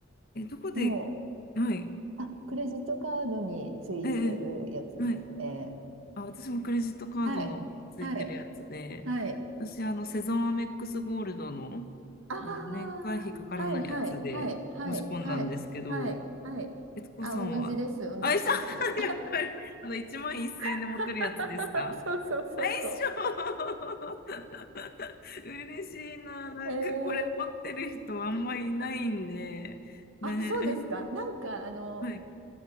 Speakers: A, on the left (about 45°); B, on the right (about 70°).
A: え、どこで、
B: もう、
A: はい、
B: あ、クレジットカードについてるやつですね。
A: ええ、はい。あ、私もクレジットカードのついてるやつで、
B: はい、はい、はい。
A: 私、あの、セゾンアメックスゴールドの、
B: ああ、
A: あの、年会費かからないやつで申し込んだんですけど、
B: はい、はい、はい、はい、はい、はい、はい。
A: 悦子さんは、
B: あ、同じです、同じです。
A: あ、一緒 <laughs>、やっぱり、あの、1万1千円で持ってるやつですか
B: <laughs> そうそうそうそ
A: あ、一緒 <laughs> 嬉しいな。なんか、
B: う。えー
A: これ持ってる人あんまいないんで、ね。
B: あ、そうですか。なんか、あの、
A: はい、